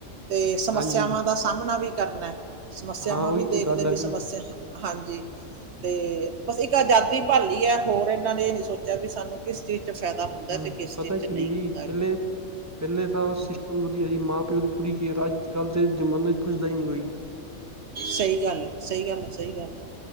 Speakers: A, on the right; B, on the right.
A: ਤੇ ਸਮੱਸਿਆਵਾਂ
B: ਹਾਂਜੀ
A: ਦਾ ਸਾਹਮਣਾ ਵੀ ਕਰਨਾ। ਸਮੱਸਿਆਵਾਂ
B: ਹਾਂ ਉਹੀ
A: ਵੀ
B: ਤੇ
A: ਦੇਖਦੇ
B: ਗੱਲ ਹੈਗੀ
A: ਵੀ ਸਮੱਸਿਆ ਹਾਂਜੀ। ਤੇ ਬਸ ਇੱਕ ਆਜ਼ਾਦੀ ਭਾਲੀ ਹੈ। ਹੋਰ ਇਹਨਾਂ ਨੇ ਇਹ ਨ ਸੋਚਿਆ ਵੀ ਸਾਨੂੰ ਕਿਸ ਚੀਜ਼ ਚ ਫਾਇਦਾ ਹੁੰਦਾ
B: ਹੂੰ,
A: ਤੇ ਕਿਸ
B: ਪਤਾ
A: ਚੀਜ਼ ਚ
B: ਕੀ
A: ਨਹੀਂ
B: ਹੈ ਜੀ।
A: ਹੁੰਦਾ ਹੈਗਾ
B: ਪਹਿਲੇ-ਪਹਿਲੇ ਤਾਂ ਉਹ ਸਿਸਟਮ ਅਸੀਂ ਮਾਂ ਪਿਓ ਦੀ ਪੁਰੀ ਕੇਅਰ। ਅੱਜ ਕੱਲ੍ਹ ਦੇ ਜ਼ਮਾਨੇ ਚ ਪੁੱਛਦਾ ਹੀ ਨਹੀਂ ਕੋਈ।
A: ਸਹੀ ਗੱਲ ਐ। ਸਹੀ ਗੱਲ ਐ। ਸਹੀ ਗੱਲ ਐ।